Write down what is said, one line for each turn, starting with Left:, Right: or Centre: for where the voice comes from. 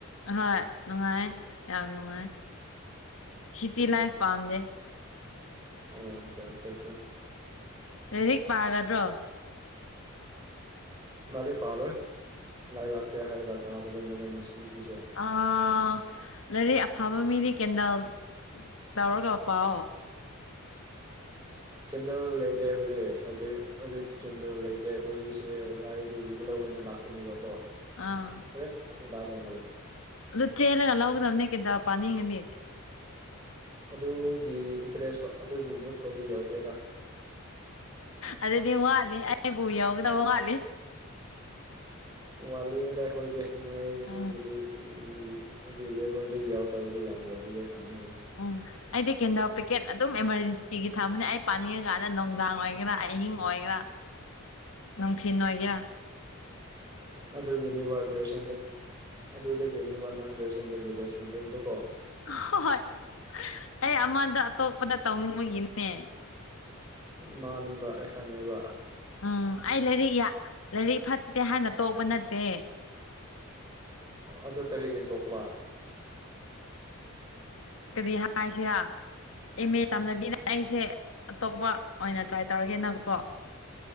Left: ꯑꯍꯣꯏ ꯅꯨꯡꯉꯥꯏ ꯌꯥꯝ ꯅꯨꯡꯉꯥꯏ ꯁꯤꯇꯤ
Right: ꯑꯣ
Left: ꯂꯥꯏꯐ ꯄꯥꯝꯗꯦ
Right: ꯑꯣ ꯑꯆꯥ ꯑꯆꯥ ꯑꯆꯥ
Left: ꯔꯖꯤꯛ ꯄꯥꯒꯗ꯭ꯔꯣ
Right: ꯎ ꯉꯦ ꯄꯥꯔꯣꯏ ꯂꯥꯏꯔꯤꯛ ꯂꯥꯛꯇꯦ ꯍꯥꯏꯔꯒ ꯇꯥꯗꯕ ꯑꯦꯝ ꯑꯦꯜ ꯑꯦꯅ ꯁꯤ ꯅꯨꯄꯤꯁꯦ
Left: ꯑꯥ ꯂꯥꯏꯔꯤꯛ ꯑꯐꯕ ꯃꯤꯗꯤ ꯀꯦꯟꯗꯜ ꯌꯥꯎꯔꯒ ꯄꯥꯎ <inaudible>
Right: ꯀꯦꯟꯗꯜ ꯂꯩꯇꯦ ꯍꯧꯖꯤꯛ ꯍꯧꯖꯤꯛ ꯍꯧꯖꯤꯛ ꯀꯦꯟꯗꯜ ꯂꯩꯇꯦ ꯑꯩꯈꯣꯏꯁꯦ ꯂꯥꯏꯗꯤ ꯔꯤꯒꯨꯂꯔ ꯑꯣꯏꯅ ꯂꯥꯛꯄ ꯄꯨꯅꯤꯕꯀꯣ
Left: ꯑꯥ
Right: ꯍꯣꯔꯦꯟ ꯂꯥꯗꯧ ꯃꯥꯜꯂꯦ
Left: ꯑꯗꯨꯣ ꯆꯦꯂꯒ ꯂꯧꯥꯎꯒꯗꯧꯅꯤ ꯀꯇ ꯄꯅꯤꯅꯤꯡꯉꯅꯤꯗꯤ
Right: ꯑꯗꯨꯒꯤ ꯏꯟꯇꯔꯦꯁꯥꯎ ꯑꯗꯨꯒꯤ ꯃꯨꯠ ꯐꯥꯎꯗꯤ ꯌꯧꯗꯦꯗ
Left: ꯑꯗꯨꯗꯤ ꯃꯥꯂꯤ ꯑꯩꯕꯨ ꯌꯥꯎꯒꯗꯕ ꯃꯥꯠꯂꯤ
Right: ꯋꯥꯠꯂꯤꯗꯥꯏ ꯑꯩꯈꯣꯏꯗꯤ ꯅꯣꯏ
Left: ꯎꯝ
Right: ꯅꯣꯏꯒꯤꯗꯤ ꯑꯩꯒꯤ ꯂꯦꯕꯦꯜꯗꯤ ꯌꯥꯎꯗꯕꯗꯤ ꯌꯥꯝ ꯃꯜꯂꯤꯌꯦ ꯈꯪꯅꯍꯅꯤ
Left: ꯎꯝ ꯑꯩꯗꯤ ꯀꯦꯟꯗꯥ ꯄꯦꯛꯀꯦꯠ ꯑꯗꯨꯝ ꯑꯦꯃꯥꯔꯖꯦꯟꯁꯤꯒꯤ ꯊꯝꯕꯅꯤ ꯑꯩ ꯄꯥꯅꯤꯡꯉꯀꯥꯟꯗ ꯅꯨꯡꯗꯥꯡ ꯑꯣꯏꯒꯦꯔꯥ ꯑꯍꯤꯡ ꯑꯣꯏꯒꯦꯔꯥ ꯅꯪ ꯐꯤꯟꯅꯒꯌꯥ
Right: ꯑꯗꯨꯒꯤꯅꯦꯕ ꯒ꯭ꯔꯦꯖꯨꯋꯦꯁꯟ ꯑꯗꯨꯗꯒꯤꯅꯦꯕ ꯅꯟ ꯒ꯭ꯔꯦꯖꯨꯑꯦꯁꯟꯗꯒꯤ ꯂꯣꯏꯁꯤꯟꯈ꯭ꯔꯤꯕꯗꯨꯀꯣ
Left: ꯍ ꯍꯣꯏ ꯑꯩ ꯑꯃꯗ ꯑꯇꯣꯞꯄꯗ ꯇꯧꯅꯤꯡꯕꯒꯤꯅꯦ
Right: ꯃꯥꯅꯦꯕ ꯑꯩ ꯈꯪꯉꯦꯕ
Left: ꯎꯝ ꯑꯩ ꯂꯥꯏꯔꯤꯛ ꯂꯥꯏꯔꯤꯛ ꯐꯠꯇꯦ ꯍꯥꯏꯅ ꯇꯣꯛꯄ ꯅꯠꯇꯦ
Right: ꯑꯗꯨ ꯀꯔꯤꯒꯤ ꯇꯣꯛꯄ
Left: ꯀꯔꯤ ꯍꯥꯏꯁꯤ ꯑꯦꯝ ꯑꯦ ꯇꯥꯝꯅꯕꯤꯅ ꯑꯩꯁꯦ ꯑꯇꯣꯞꯄ ꯑꯣꯏꯅ ꯇ꯭ꯔꯥꯏ ꯇꯧꯔꯒꯦꯅꯀꯣ